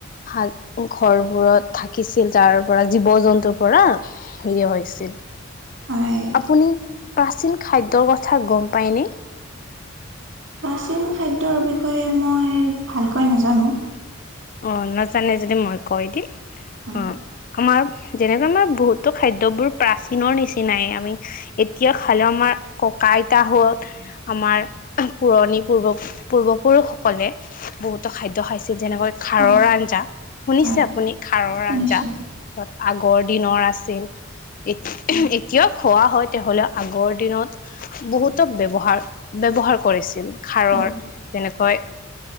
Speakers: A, on the left; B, on the right.
A: হাল, ঘৰবোৰত থাকিছিল তাৰ পৰা জীৱ জন্তুৰ পৰা হেইয়ে হৈছিল।
B: হয়
A: আপুনি প্ৰাচীন খাদ্যৰ কথা গম পায়নে?
B: প্ৰাচীন খাদ্যৰ বিষয়ে মই ভালকৈ নাজানো।
A: অ নাজানে যদি মই কৈ দিম,
B: হয়
A: অঁ আমাৰ যেনেকুৱা আমাৰ বহুতো খাদ্যবোৰ প্ৰাচীনৰ নিচিনাই আমি এতিয়া খালমাৰ ককা আইতাহত আমাৰ পুৰণি পূৰ্ব- পূৰ্বপুৰুষসকলে বহুতো খাদ্য খাইছে, যেনেকৈ
B: হয়
A: খাৰৰ আঞ্জা, শুনিছে
B: হয়
A: আপুনি, খাৰৰ
B: শুনিছোঁ
A: আঞ্জা? আগৰ দিনৰ আছিল। এ
B: হয়
A: এতিয়াও খোৱা হয়, তেও হলেও আগৰ দিনত বহুতক ব্যৱহাৰ- ব্যৱহাৰ কৰিছিল, খাৰৰ।
B: হয়
A: যেনেকৈ,